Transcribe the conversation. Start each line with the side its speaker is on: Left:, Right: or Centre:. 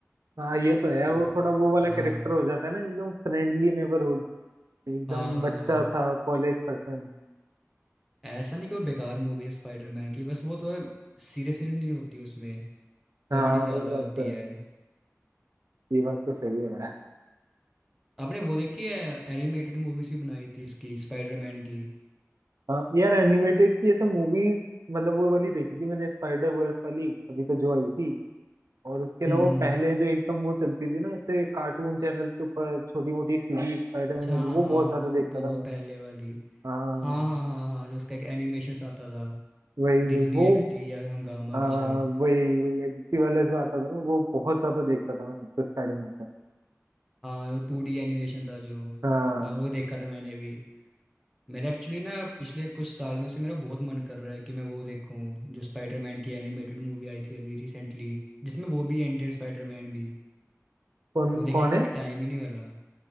Right: हाँ ये तो है
Centre: तो
Right: वो थोड़ा वो वाला
Centre: हाँ
Right: कैरेक्टर हो जाता है ना एकदम फ्रेंडली नेबरहुड एकदम
Centre: हाँ हाँ
Right: बच्चा
Centre: हाँ
Right: सा कॉलेज पर्सन
Centre: ऐसा नहीं कोई बेकार मूवी है स्पाइडरमैन की बस वो थोड़ा सीरियसनेस नहीं होती उसमें कॉमेडी
Right: हाँ
Centre: ज़्यादा
Right: ये बात
Centre: होती
Right: तो
Centre: है
Right: है ये बात तो सही है यार
Centre: आपने वो देखी है एनिमेटेड मूवीज़ भी बनाई थी इसकी स्पाइडरमैन की
Right: हाँ यार एनिमेटेड की ऐसे मूवीज मतलब वो वाली देखी थी मैंने स्पाइडर वर्स वाली अभी तो जो आई थी और उसके अलावा
Centre: हम्म हम्म
Right: पहले जो एकदम वो चलती थी ना ऐसे कार्टून चैनल्स के ऊपर छोटी मोटी सीरीज स्पाइडरमैन
Centre: अच्छा
Right: वाली
Centre: हाँ
Right: वो
Centre: हाँ
Right: बहुत ज्यादा
Centre: वो
Right: देखता
Centre: बहुत
Right: था मैं
Centre: पहले वाली
Right: हाँ
Centre: हाँ हाँ हाँ हाँ जो उसका एक एनिमेशन आता था
Right: वही वही
Centre: डिज्नी
Right: वो
Centre: एक्सटी या हंगामा
Right: हाँ
Centre: पे शायद
Right: वही वही एडिटी वाला जो आता था ना वो बहुत ज्यादा देखता था मैं तब तो स्पाइडरमैन का
Centre: हाँ जो टू डी एनिमेशन था जो
Right: हाँ
Centre: हाँ वो देखा था मैंने भी मेरा एक्चुअली ना पिछले कुछ सालों से मेरा बहुत मन कर रहा है कि मैं वो देखूं जो स्पाइडरमैन की एनिमेटेड मूवी आई थी अभी रिसेंटली जिसमें वो भी एंटी स्पाइडरमैन भी
Right: कौन
Centre: वो देखने
Right: कौन
Centre: का
Right: है
Centre: कभी टाइम ही नहीं मिला